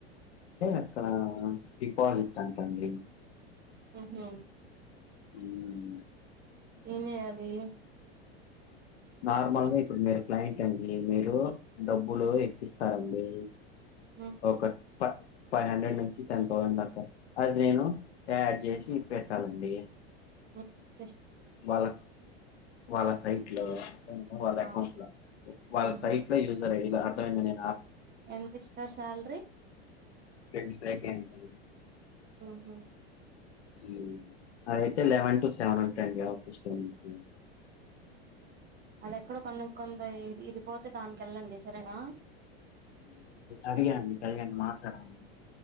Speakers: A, on the left; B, on the right.
A: అక్కడ డిపాజిట్ అంటండి
B: మ్మ్ హ్మ్
A: మ్మ్
B: ఏం చేయాలి
A: నార్మల్ గా ఇప్పుడు మీరు క్లయింట్ అండి మీరు డబ్బులు ఎక్కిస్తారండి
B: ఉమ్
A: ఓకట్ ఫై ఫైవ్ హండ్రెడ్ నుంచి టెన్ థౌజండ్ దాకా అది నేను యాడ్ చేసి పెట్టాలండి
B: మ్మ్
A: వాళ్ళల్ వాళ్ళ సైట్ లో వాళ్ళ
B: ఆ
A: అకౌంట్ లో వాళ్ళ
B: ఆహా
A: సైట్ లో యూజర్ ఐడి దాటంగనే
B: ఎంత ఇస్తారు సాలరీ
A: ట్వంటీ ఫైవ్ కే అంట అంది
B: మ్మ్ హ్మ్
A: మ్మ్ అయితే లెవెన్ టు సెవెన్ అండి టైమింగ్స్
B: అది ఎక్కడ కొన్ని కొందీ ఇది పోతే దానికి వెళ్ళండి సరేనా
A: అడిగాండి కళ్యాణి మాట్లాడాలి